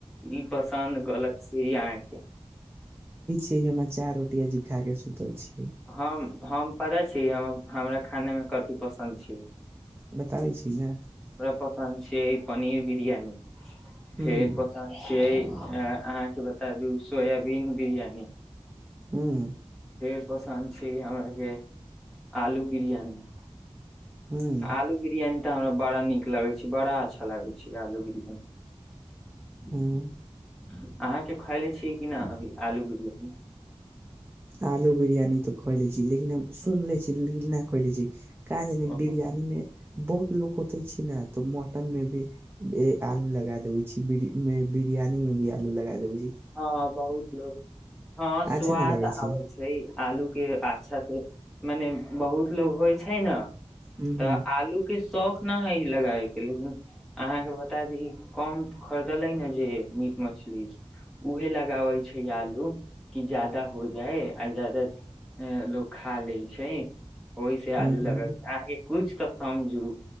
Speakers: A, in the centre; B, on the right.
A: ई पसन्द गलत छै अहाँके
B: दिन मे चार रोटी खा के सुतल छी
A: हम्म हम्म परै छी हम्म हमरा खाना मे कथि पसन्द छी।
B: बताबै छी ने
A: हमरा पता नहि छीयय पनीर बिरियानी
B: हूं
A: फेर पसन्द छियै। अ अहाँके बता दू सोयाबीन बिरयानी
B: ह्म
A: फेर पसन्द छी। हमरा के आलू बिरियानी
B: हूं
A: आलू बिरयानी हमरा बड़ा नीक लगै छै। बड़ा अच्छा लागै छै। आलू बिरयानी
B: हूं।
A: अहाँके खएले छीिय कि नहि अभी आलू बिरयानी
B: आलू बिरियानी तऽ खइले छी। लेकिन हम सुनले छी, लेकिन ना खइले छी। कहाँ जानी
A: ओ
B: बिरयानी मे बहुत लोको होते छै, ने तऽ मटन में भी आलू लगा देबे छी। में बिरयानी मे भी आलू लगा देबै
A: हँ, बहुत लोग हँ, स्वाद
B: अच्छा न लगै
A: आबै
B: छी
A: छै। आलू के अच्छा से मने बहुत लोग होइ छै। ने
B: हूं
A: तऽ
B: हूं
A: आलू के शौख ना हइ ई लगाइ लेकिन अहाँके बता दी कम खरीदलै ने जे मीट मछली उहे लग लगाबै छै। आलू कि जादा हो जाय आ जादा लोकोग खा लै छै। ओहि से आलू
B: हूं हूं
A: लगै छै। अहाँके कुछ त समझू